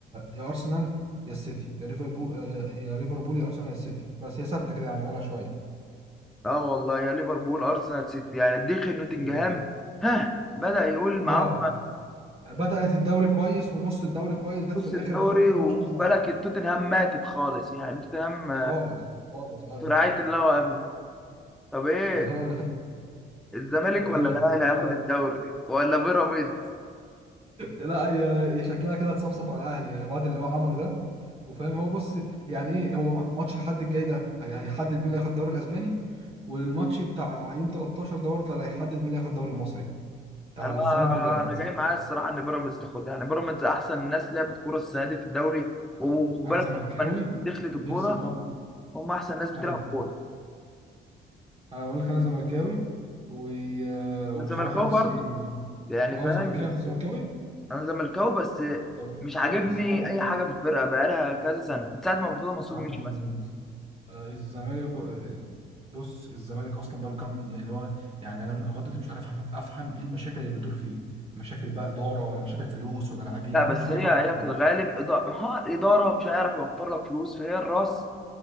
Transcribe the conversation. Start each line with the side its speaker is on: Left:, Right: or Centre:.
Right: يا أرسنال يا السيتي يا ليفربول يا يا ليفربول يا أرسنال يا السيتي بس هي ثابتة كده يعني بقالها شوية
Centre: اه والله يا ليفربول ارسنال سيتي يعني دخل نوتنجهام
Right: بالظبط
Centre: ها بدأ يقول معاهم
Right: اه بدأت الدوري كويس ونص الدوري كويس جت
Centre: بص
Right: في الآخر
Centre: الدوري
Right: ما تفهم- ما تفهمش
Centre: وخد
Right: ايه اللي
Centre: بالك
Right: حصل
Centre: توتنهام ماتت خالص يعني توتنهام
Right: خالص خالص ايوه
Centre: في رعاية الله وأمنه طب ايه
Right: <laughs> مش ده رأيي.
Centre: الزمالك
Right: <laughs> ايه
Centre: ولا الاهلي
Right: انت
Centre: هياخد الدوري ولا بيراميدز
Right: لا هي هي شكلها كده هتصفصف على الاهلي يعني بعد اللي هو عمله ده وفاهم هو بص يعني ايه هو م- ماتش الحد الجاي ده هي- هيحدد مين اللي هياخد الدوري الاسباني والماتش بتاع يوم 13 ده برضه اللي هيحدد مين اللي هياخد الدوري المصري يعني بتاع
Centre: انا
Right: الزمالك وبيراميدز
Centre: انا جاي معايا الصراحه ان بيراميدز تاخدها يعني بيراميدز احسن ناس لعبت كوره السنه دي في الدوري وخد
Right: أ- انا
Centre: بالك
Right: زملكاوي
Centre: لما الناس دي دخلت
Right: ونفسي
Centre: الكوره
Right: بيراميدز
Centre: هم احسن ناس بتلعب
Right: ايوه
Centre: كوره
Right: انا بقول لك انا زملكاوي و... آه، وبصراحه
Centre: الزمالكاوي
Right: نفسي
Centre: برضه يعني
Right: اه
Centre: فاهم
Right: زملكاوي
Centre: بس
Right: انت زملكاوي
Centre: انا زملكاوي بس
Right: طب
Centre: مش
Right: كويس
Centre: عاجبني
Right: انا بقى
Centre: اي حاجه في الفرقه بقالها كذا سنه من ساعه ما مرتضى منصور
Right: يا عم
Centre: مشي بس
Right: آه، الزمالك آه، بص الزمالك اصلا بقاله كام يعني اللي هو يعني انا لغايه دلوقتي مش عارف أفهم افهم ايه المشاكل اللي بتدور فيه مشاكل بقى اداره ولا مشاكل فلوس ولا لاعبين
Centre: لا
Right: انا
Centre: بس
Right: مش عارف
Centre: هي
Right: افهم
Centre: هي
Right: والله.
Centre: في الغالب اداره ها اداره مش هيعرف يوفر لك فلوس فهي الراس